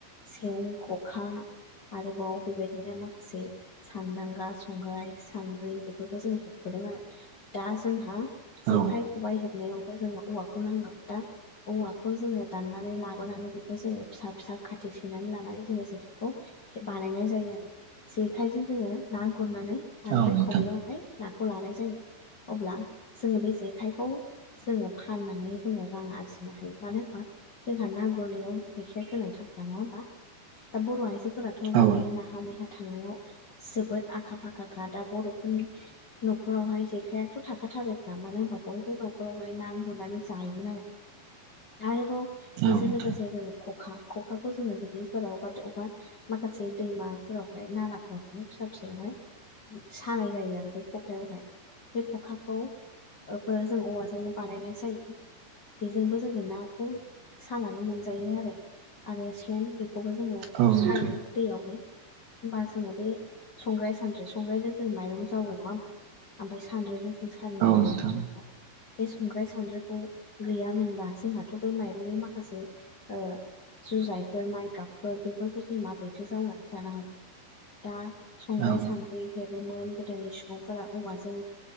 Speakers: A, on the left; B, on the right.
A: सेन, ख'खा आरोबाव बेबायदिनो माखासे सानदांगा संग्राइ, सान्द्रि बेफोरखौ जोङो हेबबोदों आरो। दा जोंहा
B: औ
A: जेखाइ खबाइ हेबनायावबो जोङो औवाखौ नांगौ दा औवाखौ जोङो दाननानै लाबोनानै बेखौ जोङो फिसा- फिसा खाथि सैनानै लानानै जोङो जेखायखौ बानायनाय जायो आरो जेखाइजों जोङो ना गुरनानै ओमफ्राय
B: औ नोंथां
A: खबायावहाय नाखौ लानाय जायो। अब्ला जोङो बे जेखाइखौ जोङो फाननानै जोङो रां आरजिनो हायो। मानो होनबा जोंहा ना गुरनायाव जेखाइया गोनांथारखा नङा होमबा? दा बर' आयजो- -फोराथ'
B: औ नोंथां औ
A: बेबायदि नाहा मैहा थांनायाव जोबोद आखा फाखाखा दा बर'फोरनि न'खरावहाय जेखायाथ' थाखाथारोखा मानो होनबा बयबो न'खरावहाय नां गुरनानै जायोमोन आरो। आरोबाव
B: नोंथां
A: बेजों लोगोसे जोङो ख'खा खखाखौ जोङो दुब्लिफोराव बा अबबा माखासे दैमाफोरावहाय नालाफोरावहाय फिसा फिसायावहाय सानाय जायो आरो बे खखायावहाय बे खखाखौ <unintelligible> जों औवाजोंनो बानायनाय जायो। बेजोंबो जोङो नाखौ सानानै मोनजायो आरो आरो सेन बेखौबो जोङो
B: औ
A: सायो
B: नोंथां
A: दैयावनो होनबा जों बे संग्राइ सानद्रि संग्रायजों जों माइरं जावो नङा होमबा? ओमफ्राय सानद्रिजों जों सालिनो
B: औ
A: हायो
B: नोंथां
A: माइरंखौ।
B: औ
A: बे संग्राय सान्द्रिखौ गैयामोनब्ला जोंहाथ' बै माइरंनि माखासे ओ जुजाइफोर, माइगाबफोर बेफोरखौ जों माबोरैथो जावनानै जानो हागोन। दा संग्राय
B: नोंथां
A: सान्द्रि हेबोमोन गोदोनि सुबुंफोरा औवाजों